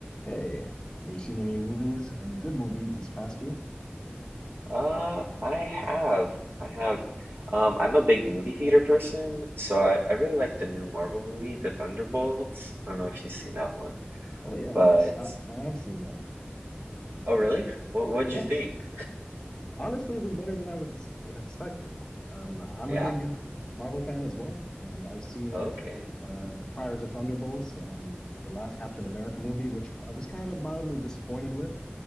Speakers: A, on the left; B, on the right.
A: Hey, have you seen any movies, any good movies this past year?
B: Uh, I have. I have. Um, I'm a big movie theater person, so I, I really like the new Marvel movie, The Thunderbolts. I don't know if you've seen that one,
A: Oh yeah,
B: but
A: nice. I, I have seen that.
B: oh, really? What what'd
A: Yeah,
B: you think?
A: honestly, it was better than I was ex expecting. Um, I'm
B: Yeah.
A: a big Marvel fan as well, and I've seen
B: Okay.
A: uh, prior to Thunderbolts, um, the last Captain America movie, which I was kind of mildly disappointed with,